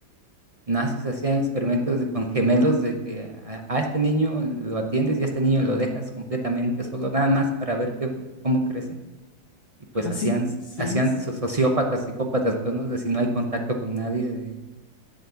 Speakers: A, on the right; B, on the left.
A: nazis hacían experimentos de- con gemelos de que a, a este niño lo atiendes y a este niño lo dejas completamente solo, nada más para ver qué, cómo crece. Y pues
B: Ah, sí,
A: hacían,
B: sí,
A: hacían so- sociópatas, psicópatas, pues, ¿no? De si no hay contacto con nadie, de...